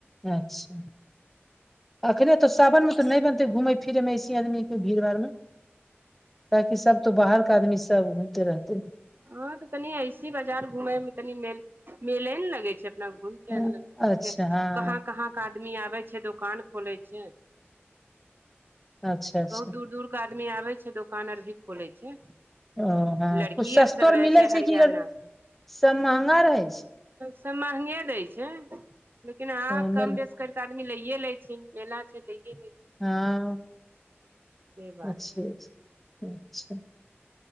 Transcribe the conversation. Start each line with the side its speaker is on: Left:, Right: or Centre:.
Centre: अच्छा अखने तो सावन मे तऽ नय बनते घुमेै फिरे मे ऐसे आदमीे के भीड़ भाड़ मे ताकि सब तो बाहरके आदमी सब घमते रहते
Right: हँं तऽ तनि ऐसे बाजार घूमे मे तनी मेल मेले ने लगे छै। अपना घुम के
Centre: अच्छा
Right: लेल
Centre: हँ
Right: कहाँ -कहाँ आदमी आबै छै दोकान खोलै छै
Centre: अच्छा अच्छा
Right: बहुत दूर दूर आदमी आबै छै दोकान आर भी खोले छै।
Centre: ओ हँ
Right: लड़की
Centre: कुछु सस्तो
Right: सब
Centre: आर
Right: रहे
Centre: मिलै छै
Right: हरियाणा
Centre: कि
Right: के
Centre: सब महंगा रहै छै।
Right: सब महंगे दै छै लेकिन आ
Centre: ओ मिल
Right: कम बेस करि क आदमी लैेये ले छै मेला छै लैये ले छै।
Centre: हँ
Right: से बात
Centre: अचछ
Right: छै
Centre: अच्छा अच्छा